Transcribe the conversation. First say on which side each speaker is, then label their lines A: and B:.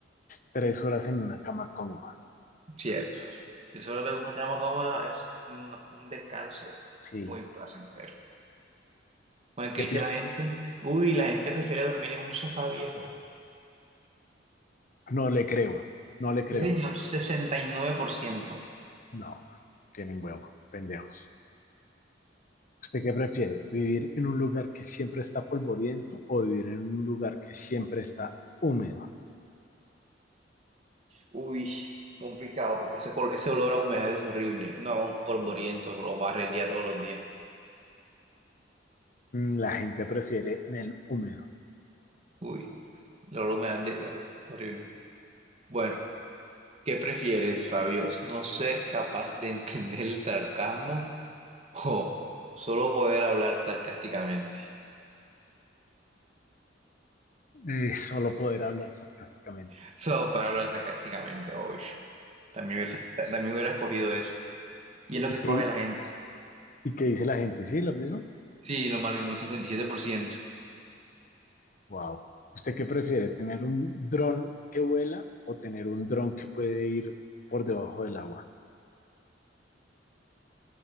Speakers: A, on the left; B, on the right.
A: tres horas en una cama cómoda.
B: Cierto. Tres horas en una cama cómoda es un, un descanso
A: Sí,
B: muy placentero. Bueno, ¿qué
A: ¿qué
B: dice
A: piensa?
B: la gente? Uy, la gente prefiere dormir en un sofá viejo.
A: No le creo, no le creo.
B: Sí, señor, sesenta y nueve por ciento
A: No, tienen huevo, pendejos. ¿Usted qué prefiere? ¿Vivir en un lugar que siempre está polvoriento o vivir en un lugar que siempre está húmedo?
B: Uy, complicado porque ese, col- ese olor a humedad es horrible. No, un polvoriento, lo barrería todos los días.
A: Mm, La gente prefiere en el húmedo,
B: Uy, el olor a humedad de- es horrible. Bueno, ¿qué prefieres, Fabios? ¿No ser capaz de entender el sarcasmo o solo poder hablar sarcásticamente?
A: eh, solo poder hablar sarcásticamente.
B: <laughs> Solo poder hablar sarcásticamente, obvio. También hubiera, también hubiera escogido eso. Y es lo
A: ¿Y
B: que escoge
A: qué,
B: la gente.
A: y qué dice la gente? ¿Sí, lo mismo?
B: Sí, lo malo mismo, un 57%.
A: Wow. ¿Usted qué prefiere, tener un dron que vuela o tener un dron que puede ir por debajo del agua?